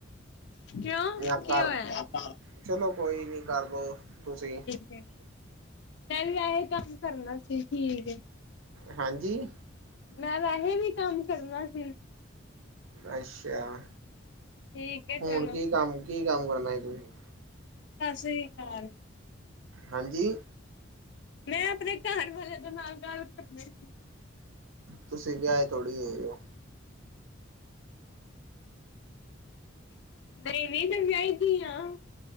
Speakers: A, on the left; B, on the right.
A: ਕਿਉਂ ਕੀ
B: ਜਾਂ ਕਰ
A: ਹੋਇਆ ਐ ਪਾਪਾਂ ਆ
B: ਚਲੋ ਕੋਈ ਨੀ ਕਰਦੋ ਤੁਸੀਂ ਈ
A: ਫੇਕ ਮੈਂ ਵੀ ਐਈ ਕੰਮ ਕਰਨਾ ਸੀ ਠੀਕ ਏ
B: ਹਾਂਜੀ ਈ
A: ਮੈਂ ਵੈਹੈ ਵੀ ਕੰਮ ਕਰਨਾ ਸੀ
B: ਐਛਾ ਆ
A: ਠੀਕ ਹੈ
B: ਹੁਣ
A: ਚਲੋ।
B: ਕੀ ਕੰਮ ਕੀ ਕੰਮ ਕਰਨਾ ਤੂਹੀ
A: ਸਸਰੀ ਕਾਲ ਆ
B: ਹਾਂਜੀ ਈ
A: ਮੈਂ ਆਪਣੇ ਘਰ ਵਾਲੇ ਦੇ ਨਾਲ ਗੱਲ ਕਰਦੀ ਸੀ ਈ
B: ਤੁਸੀਂ ਵਿਆਏ ਥੋੜੀ ਹੋਏ ਓ
A: ਦਰੇ ਏ ਨਹੀਂ ਤਾਂ ਵਿਆਹੀ ਦੀ ਐ